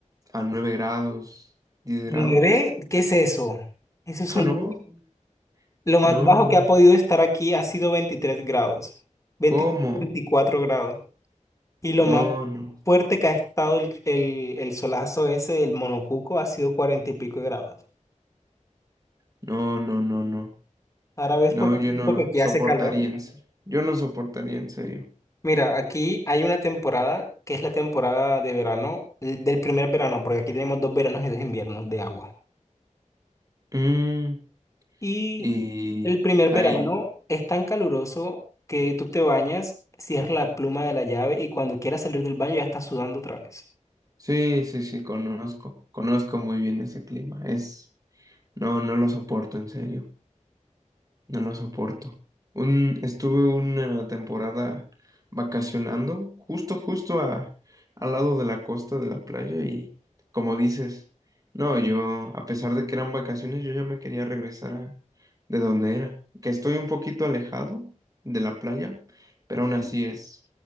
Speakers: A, on the right (about 25°); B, on the left (about 25°).
A: a 9 grados, 10
B: ¿Nueve?
A: grados.
B: ¿Qué es eso? Eso es
A: <laughs>
B: un-
A: No,
B: lo más
A: No,
B: bajo
A: hombre.
B: que ha podido estar aquí ha sido 23 grados. 23,
A: ¿Cómo?
B: 24 grados. Y lo
A: No,
B: más
A: no,
B: fuerte que ha estado el, el, el solazo ese, el monocuco, ha sido cuarenta y pico de grados.
A: no, no, no, no.
B: Ahora ves
A: No,
B: por
A: yo
B: qué
A: no
B: porque aquí
A: soportaría
B: hace calor.
A: en serio. Yo no soportaría en serio.
B: Mira, aquí hay una temporada que es la temporada de verano, el- del primer verano, porque aquí tenemos dos veranos y dos inviernos de agua.
A: Mm,
B: Y
A: y
B: el primer
A: ahí.
B: verano es tan caluroso que tú te bañas, cierras la pluma de la llave y cuando quieras salir del baño ya estás sudando otra vez.
A: Sí, sí, sí, conozco. Conozco muy bien ese clima. Es. No, no lo soporto en serio. No lo soporto. Un, estuve una temporada vacacionando justo, justo a, al lado de la costa de la playa y como dices, no, yo, a pesar de que eran vacaciones, yo ya me quería regresar a de donde era, que estoy un poquito alejado de la playa, pero aún así es